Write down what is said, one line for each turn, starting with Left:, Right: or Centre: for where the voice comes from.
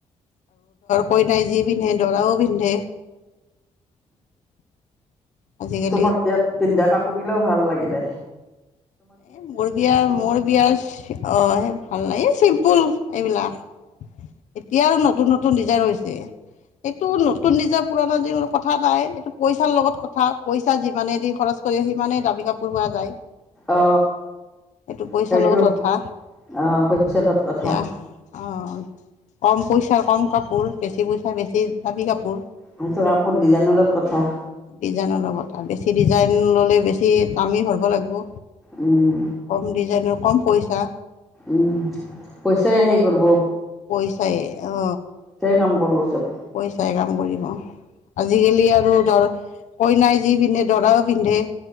Left: কই নাই যি পিন্ধে দৰাও পিন্ধে আজিকালি
Centre: তোমাৰ বিয়াত পিন্ধা কাপোৰ কিলেও ভাল লাগিল দে।
Left: এ মোৰ বিয়াৰ মোৰ বিয়াৰ অ স ভাল নাই চিম্পুল এইবিলাক। এতিয়া আৰু নতুন নতুন ডিজাইন হৈছে। এইটো নতুন নিজৰ পুৰণা যি কথা নাই এইটো পইচাৰ লগত কথা পইচা যিমানে দি খৰচ। কৰি সিমানে দামী কাপোৰ পোৱা যায়।
Centre: অ।
Left: এইটো পইচাৰ
Centre: সেইটো
Left: লগত কথা
Centre: আহ পইচা লগত কথা।
Left: এতিয়া অ কম পইচাৰ কম কাপোৰ বেছি পইচাৰ বেছি দামি কাপোৰ।
Centre: সেইটো কাপোৰ ডিজাইনৰ লগত কথা।
Left: ডিজাইনৰ লগত বেছি ডিজাইন ললে বেছি। ঠি কামি ভৰিব লাগিব
Centre: উম,
Left: কম ডিজাইনৰ কম। পইচা
Centre: উম পইচাই হে কৰিব।
Left: পইচাই অ।
Centre: কাম কৰব চব।
Left: পইচাই কাম কৰিব আজিকালি আৰু ধৰ। কইনাই যি পিন্ধে দৰাও পিন্ধে।